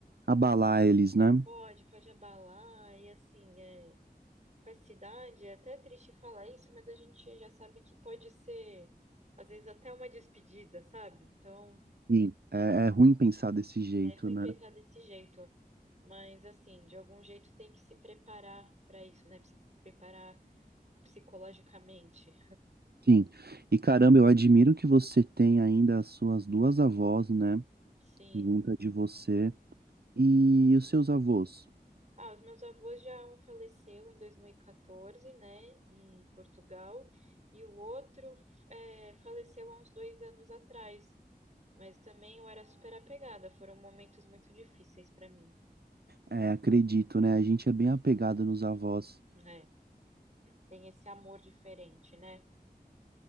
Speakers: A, on the right; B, on the right.
A: Abalar eles, né?
B: Pode, pode abalar, e assim, é, com essa idade é até triste falar isso, mas a gente já sabe que pode ser, às vezes, até uma despedida, sabe? Então,
A: Sim, é, é ruim pensar desse jeito,
B: é ruim
A: né?
B: pensar desse jeito, mas assim, de algum jeito tem que se preparar para isso, né? Se preparar psicologicamente.
A: Sim. E caramba, eu admiro que você tem ainda as suas duas avós, né?
B: Sim.
A: Junta de você. E os seus avós?
B: Ah, os meus avós já um faleceu em 2014, né, em Portugal, e o outro é, faleceu há uns dois anos atrás. Mas também eu era super apegada, foram momentos muito difíceis pra mim.
A: É, acredito, né? A gente é bem apegado nos avós.
B: É, tem esse amor diferente, né?